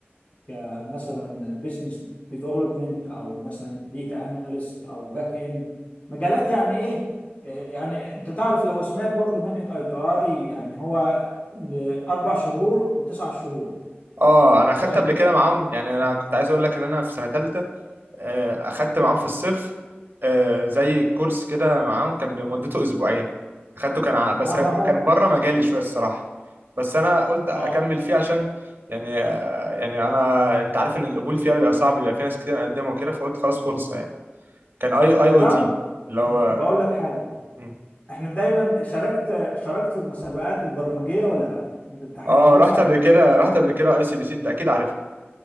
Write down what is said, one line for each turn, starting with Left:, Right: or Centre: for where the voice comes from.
Left: كمثلا بزنس ديفلوبمنت او مثلا ديتا اناليست او باك اند مجالات يعني ايه آه، يعني انت تعرف لو سمعت برضو منحة اي تو اي يعني هو اربع شهور وتسع شهور
Right: اه انا اخدت
Left: فاهم
Right: قبل كده معاهم يعني انا كنت عايز اقول لك ان انا في سنه ثالثه آه، اخدت معاهم في الصيف آه، زي كورس كده معاهم كان مدته اسبوعين اخدته كان ع- بس
Left: اه ما
Right: كان
Left: هو
Right: بره مجالي شويه الصراحه بس انا قلت اكمل
Left: اه
Right: فيه عشان يعني آه، يعني انا انت عارف ان القبول فيها بيبقى صعب بيبقى في ناس كتير مقدمه وكده فقلت خلاص فرصه يعني كان اي اي
Left: طب
Right: او
Left: تعرف
Right: تي اللي هو
Left: ب- بقول لك حاجة
Right: مم.
Left: احنا دايما شاركت شاركت في المسابقات البرمجية ولا لا ده احنا
Right: اه
Left: معروف
Right: رحت
Left: عندنا
Right: قبل كده رحت قبل كده اي سي بي سي انت اكيد عارفها